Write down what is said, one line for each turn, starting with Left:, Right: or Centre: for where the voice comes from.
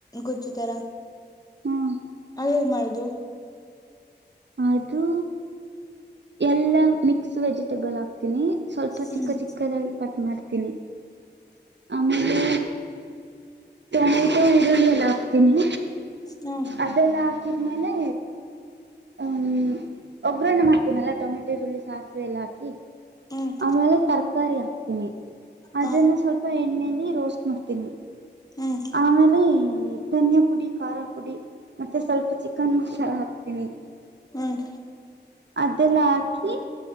Left: ಗುಜಜು ತರ
Right: ಹ್ಮ
Left: ಅ ಹೇಗ್ ಮಾಡುದು
Right: ಅದು ಎಲ್ಲಾ ಮಿಕ್ಸ್ ವೆಜಿಟೆಬಲ್ ಆಾಕ್ತೀನಿ ಸ್ವಲ್ಪ
Left: ಹ್ಮ್
Right: ಚಿಕ್ಕ ಚಿಕ್ಕದಾಗಿ ಪಟ್ ಮಾಡ್ತೀನಿ ಆಮೇಲೆ ಟೊಮೆಟೊ ಈರುಳ್ಳಿ ಎಲ್ಲ ಹಾಕ್ತೀನಿ
Left: ಹ್ಮ್
Right: ಅದೆಲ್ಲ ಹಾಕಿದ್ಮೇಲೆ ಹ್ಮ್ ಒಗ್ಗ್ರರಣೆ ಮಾಡ್ತೀನಲ್ಲಾ ಟೊಮೆಟೆ ರುಳ್ಳಿ ಸಾಸಿವೆ ಎಲ್ಲಾಗ್ತ
Left: ಹ್ಮ್
Right: ಆಮೇಲೆ ತರಕಾರಿ ಹಾಕ್ತೀನಿ ಅದನ್ನ
Left: ಹ್ಮ್
Right: ಸ್ವಲ್ಪ ಎಣ್ಣೆಯಲ್ಲಿ ರೋಸ್ಟ್ ಮಾಡ್ತೀನಿ
Left: ಹ್ಮ್ ಹ್ಮ್
Right: ಆಮೇಲೆ ಧನ್ಯಾ ಪುಡಿ ಖಾರ ಪುಡಿ ಮತ್ತೆ ಸ್ವಲ್ಪ ಚಿಕನ್ ಮಸಾಲ ಹಾಕ್ತೀನಿ
Left: ಹ್ಮ್
Right: ಅದಲ್ಲಾಕಿ